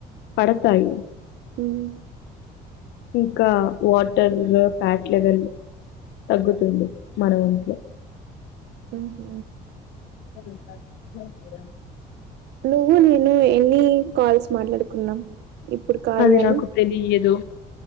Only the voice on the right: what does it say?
మ్
మ్ హు
నువ్వు నేను ఎన్ని కాల్స్ మాట్లాడుకున్నాం? ఇప్పుడు కార్యాలో